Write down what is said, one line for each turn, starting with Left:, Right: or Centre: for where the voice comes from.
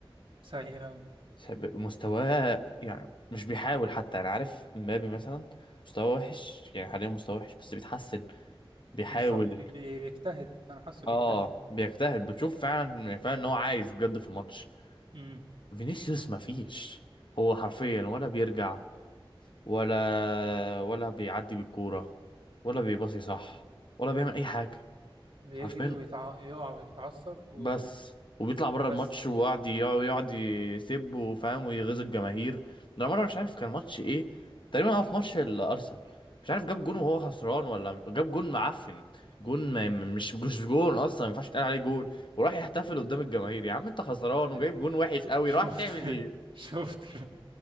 Right: سيء قوي
Left: سب- مستواه يعني مش بيحاول حتى انا عارف مبابي مثلا مستواه وحش يعني حاليا مستواه وحش بس بيتحسن بيحاول
Right: بالظبط بي- بي- بيجتهد انا حاسه
Left: اه
Right: بيجتهد
Left: بيجتهد بتشوف فعلا يعني فعلا ان هو عايز بجد في الماتش
Right: مم.
Left: فينيسيوس مفيش هو حرفيا ولا بيرجع ولا ولا بيعدي بالكورة ولا بيباصي صح ولا بيعمل اي حاجة
Right: بيجري
Left: حرفيا
Right: ويتع... يقع ويتعصب و...
Left: بس وبيطلع بره
Right: وبس
Left: الماتش وقعد يقعد يقعد يسب وفاهم ويغيظ الجماهير ده مره مش عارف كان ماتش ايه تقريبا اه في ماتش الارسنال مش عارف جاب جون
Right: مم.
Left: وهو خسران ولا جاب جون معفن جون
Right: مم.
Left: ما مش مش جون اصلا ما ينفعش يتقال عليه جون وراح يحتفل قدام الجماهير يا عم انت خسران
Right: آه،
Left: وجايب جون وحش قوي
Right: شفت
Left: راح تعمل ايه
Right: <laughs> شفت <laughs>